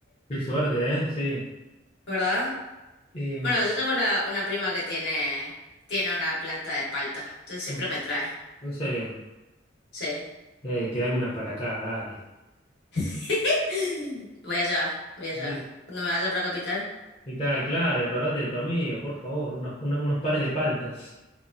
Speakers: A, on the left; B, on the left.
A: qué suerte, ¿eh? Sí.
B: <laughs> ¿Verdad?
A: Em,
B: Bueno, yo tengo una, una prima que tiene, tiene una planta de palta, entonces siempre
A: Mm.
B: me trae.
A: En serio.
B: Sí.
A: Eh, tirame unas para acá, dale.
B: <laughs> Voy allá, voy allá.
A: Y,
B: Cuando me vaya para Capital,
A: y tal, claro, acordate de tu amigo, por favor, unos, unos- unos pares de paltas.